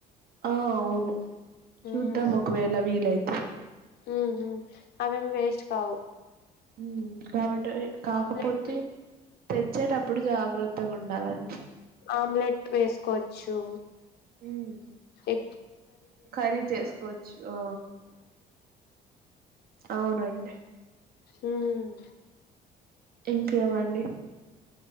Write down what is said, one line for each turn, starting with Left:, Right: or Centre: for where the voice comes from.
Right: ఆ అవును చూద్దాం
Left: ఉమ్
Right: ఒకవేళ అవి ఫీలైతే
Left: ఉమ్ ఉమ్ అవేం వేస్ట్ కావు
Right: ఉమ్ కాబట్టి కాకపోతే
Left: ఆమ్లెట్
Right: తెచ్చేటప్పుడు జాగ్రత్తగా ఉండాలండి
Left: ఆమ్లెట్ వేసుకోవచ్చు
Right: ఉమ్
Left: ఎ
Right: కర్రీ చేసుకోవచ్చు ఆ అవునండి
Left: హ్మ్మ్
Right: ఇంకేమండి